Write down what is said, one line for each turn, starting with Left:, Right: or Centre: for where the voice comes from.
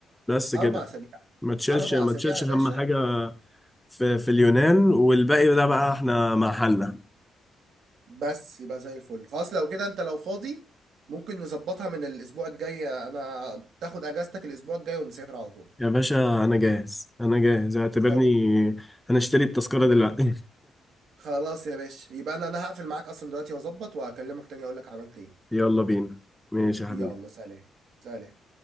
Centre: بس كده
Right: اربع اسابيع
Centre: ما تشيلش
Right: اربع
Centre: ما
Right: اسابيع
Centre: تشيلش
Right: يا باشا
Centre: هم حاجة في في اليونان والباقي ده بقى احنا مع حالنا
Right: بس يبقى زي الفل خلاص لو كده انت لو فاضي ممكن نظبطها من الاسبوع الجاي انا تاخد اجازتك الاسبوع الجاي ونسافر على طول
Centre: يا باشا انا جاهز انا جاهز اعتبرني
Right: خلاص
Centre: هنشتري التذكرة دلوقتي
Right: خلاص يا باشا يبقى انا انا هقفل معاك اصلا دلوقتي واظبط وهكلمك تاني اقول لك عملت
Centre: <laughs>
Right: ايه
Centre: يلا بينا ماشي يا
Right: يلا
Centre: حبيبي
Right: سلام سلام